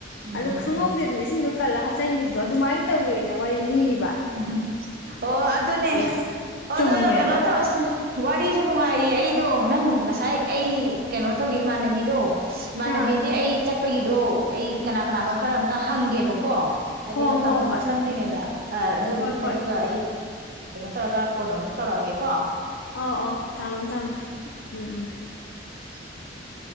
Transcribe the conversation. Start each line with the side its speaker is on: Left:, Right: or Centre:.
Right: ꯎꯝ
Left: ꯑꯗꯣ
Right: ꯎꯝ
Left: ꯈꯪꯍꯧꯗꯦꯗꯅ
Right: ꯎꯝ
Left: ꯏꯁꯤꯡꯗꯣ ꯀꯜꯂ ꯍꯥꯞꯆꯤꯟꯒꯤꯕꯗꯣ ꯑꯗꯨꯃꯥꯏꯅ ꯇꯧꯋꯦꯅ꯫ ꯋꯥꯔꯤ ꯂꯤꯔꯤ
Right: ꯎꯝꯍꯨꯝ ꯑꯣ ꯑꯗꯨꯅꯦ
Left: ꯌꯥꯝ
Right: ꯑꯣꯗꯣ
Left: ꯆꯨꯝꯃꯦꯕ
Right: ꯀꯩꯅꯣ ꯇꯧꯔꯁ ꯋꯥꯔꯤꯁꯨ ꯅꯨꯡꯉꯥꯏꯔꯤ ꯑꯩꯗꯣ ꯅꯪ ꯉꯁꯥꯏ ꯑꯩ ꯀꯩꯅꯣ ꯇꯧꯒꯦ ꯏꯃꯥꯟꯅꯕꯤꯗꯣ ꯏꯝꯅꯕꯤꯗꯤ
Left: ꯑꯥ
Right: ꯑꯩ ꯆꯠ ꯆꯠꯄꯒꯤꯗꯣ ꯑꯩ ꯀꯅꯥ ꯀꯅꯥꯅꯣ ꯈꯔ ꯑꯃꯇ ꯍꯪꯒꯦꯕꯀꯣ꯫ ꯑꯗꯤ
Left: ꯍꯣ
Right: ꯃꯇꯝꯗꯣ
Left: ꯍꯣ ꯍꯣꯏ
Right: ꯅꯛꯁꯟꯗ꯭ꯔꯤꯉꯩꯗ꯫ ꯑ ꯑꯗꯨ
Left: ꯍꯣꯏ ꯍꯣꯏ
Right: ꯑꯗꯨꯒ ꯑꯩ ꯀꯩꯅꯣ ꯇꯧꯔꯒ ꯀꯣꯟꯅ ꯑꯃꯨꯛ ꯇꯧꯔꯛꯑꯒꯦ ꯀꯣ꯫
Left: ꯑꯧ ꯑꯧ ꯊꯝꯃꯣ ꯊꯝꯃꯣ ꯎꯝ ꯎꯝ꯫
Right: <unintelligible>